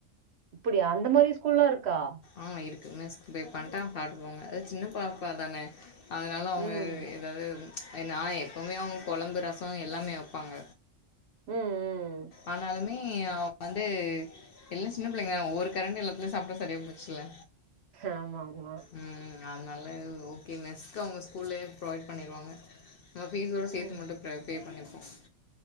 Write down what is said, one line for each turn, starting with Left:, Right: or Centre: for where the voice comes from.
Right: இப்டியா அந்த மாறி ஸ்கூல்லாம் இருக்கா
Left: ஆ இருக்கு மெஸ்கு பே பண்ணிட்டா அங்க சாப்டுகுவாங்க அது சின்ன பாப்பா தானே அதனால அவங்க
Right: ம்.
Left: ஏதாவது நான் எப்போவுமே அவங்க கொழம்பு ரசம் எல்லாமே வைப்பாங்க
Right: ம் ம் ம்
Left: ஆனாலுமே வந்து எல்லாம் சின்ன பிள்ளைங்க ஒரு கரண்டி எல்லாத்துலயும் சாப்ட சரி முச்சலா
Right: ஆமா, ஆமா.
Left: ம் அதனால ஓகே மெஸ்க்கு அவங்க ஸ்கூல்லயே ப்ரொவைட் பண்ணிடுவாங்க நம்ம ஃபீஸோட சேர்த்து
Right: ம்.
Left: மட்டும் பே பண்ணிப்போம்